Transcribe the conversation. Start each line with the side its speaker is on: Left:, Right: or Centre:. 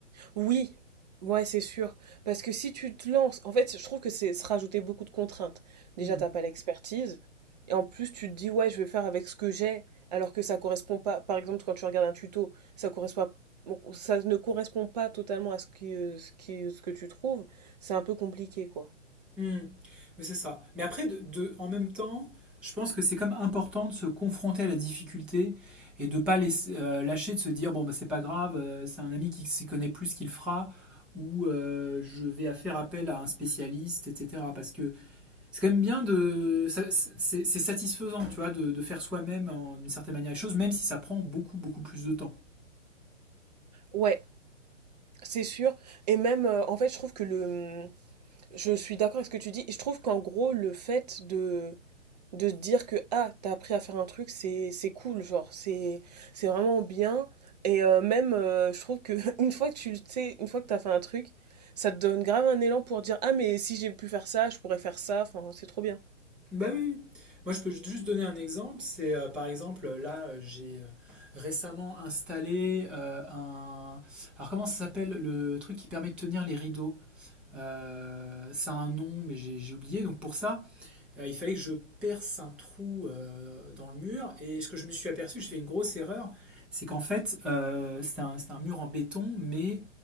Right: Oui, ouais, c'est sûr. Parce que si tu te lances, en fait, je trouve que c'est se rajouter beaucoup de contraintes. Déjà,
Centre: Mmh.
Right: t'as pas l'expertise. Et en plus, tu te dis, ouais, je vais faire avec ce que j'ai, alors que ça correspond pas. Par exemple, quand tu regardes un tuto, ça correspond pas- bon, ça ne correspond pas totalement à ce qui, euh, ce qui, ce que tu trouves. C'est un peu compliqué, quoi.
Centre: Hmm. Oui, c'est ça. Mais après, de, de- en même temps, je pense que c'est comme important de se confronter à la difficulté et de pas laisser- euh, lâcher, de se dire, bon, bah, c'est pas grave, euh, c'est un ami qui s'y connaît plus qu'il fera, ou euh, je vais à faire appel à un spécialiste, etc. Parce que c'est quand même bien de... ça- C'est c'est satisfaisant, tu vois, de, de faire soi-même, en- d'une certaine manière, les choses, même si ça prend beaucoup, beaucoup plus de temps.
Right: Ouais, c'est sûr. Et même, euh, en fait, je trouve que le... Je suis d'accord avec ce que tu dis. Et je trouve qu'en gros, le fait de de se dire que ah t'as appris à faire un truc c'est c'est cool genre c'est c'est vraiment bien et euh, même euh, je trouve que <laughs> une fois que tu le tu sais une fois que t'as fait un truc ça te donne grave un élan pour dire ah mais si j'ai pu faire ça je pourrais faire ça enfin c'est trop bien
Centre: Bah oui. oui. Moi, je peux juste donner un exemple. C'est euh, par exemple, là, euh, j'ai euh, récemment installé euh, un. Alors, comment ça s'appelle le truc qui permet de tenir les rideaux? Euh, ça a un nom, mais j'ai j'ai oublié. Donc, pour ça, euh, il fallait que je perce un trou euh, dans le mur. Et ce que je me suis aperçu, j'ai fait une grosse erreur, c'est qu'en fait, euh, c'est un, c'est un mur en béton, mais